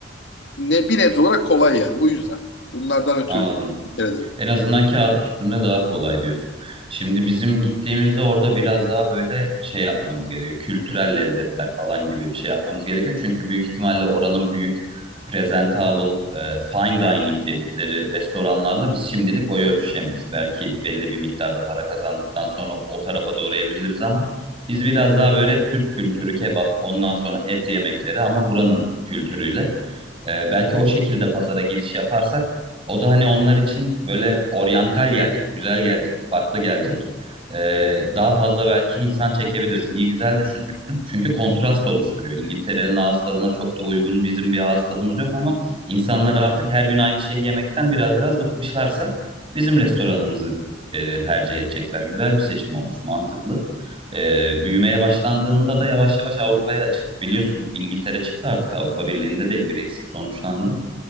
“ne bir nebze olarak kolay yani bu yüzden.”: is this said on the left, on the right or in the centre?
Left